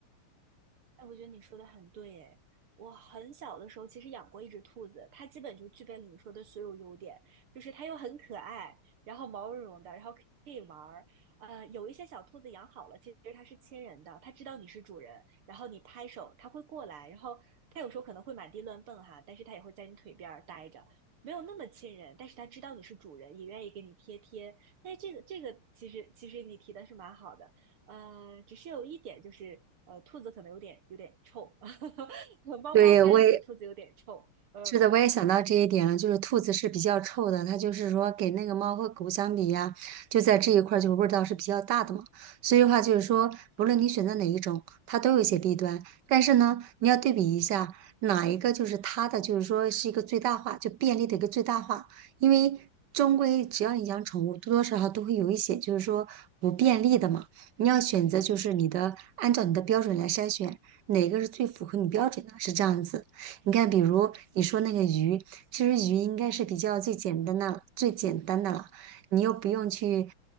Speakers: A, on the right (about 75°); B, on the right (about 60°).
A: 哎，我觉得你说的很对，哎，我很小的时候其实养过一只兔子，它基本就具备了你说的所有优点，就是它又很可爱，然后毛茸茸的，然后可以玩儿。呃，有一些小兔子养好了，其实它是亲人的，它知道你是主人，然后你拍手，它会过来，然后它有时候可能会满地乱蹦哈，但是它也会在你腿边儿待着，没有那么亲人，但是它知道你是主人，也愿意给你贴贴。哎，这个这个其实其实你提的是蛮好的。呃，只是有一点就是，呃，兔子可能有点有点臭，<laughs> 猫猫干净，
B: 对，我也
A: 兔子有点臭，呃，
B: 是的，我也想到这一点了，就是兔子是比较臭的，它就是说给那个猫和狗相比呀，就在这一块儿就味道是比较大的嘛。所以的话就是说，不论你选择哪一种，它都有一些弊端，但是呢，你要对比一下哪一个就是它的，就是说是一个最大化，就便利的一个最大化，因为。终归，只要你养宠物，多多少少都会有一些，就是说不便利的嘛。你要选择，就是你的，按照你的标准来筛选，哪个是最符合你标准的，是这样子。你看，比如你说那个鱼，其实鱼应该是比较最简单的、最简单的了，你又不用去